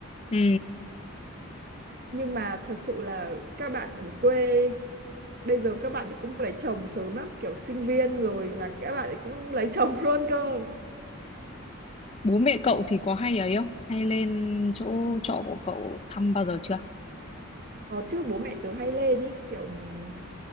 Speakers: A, on the left (about 30°); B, on the right (about 45°).
A: Ừ.
B: nhưng mà thật sự là các bạn ở quê bây giờ các bạn ấy cũng lấy chồng sớm lắm kiểu sinh viên rồi mà các bạn ấy cũng lấy chồng <laughs> luôn cơ
A: Bố mẹ cậu thì có hay ấy không? Hay lên chỗ trọ của cậu thăm bao giờ chưa?
B: Có chứ bố mẹ tớ hay lên ý kiểu ừm,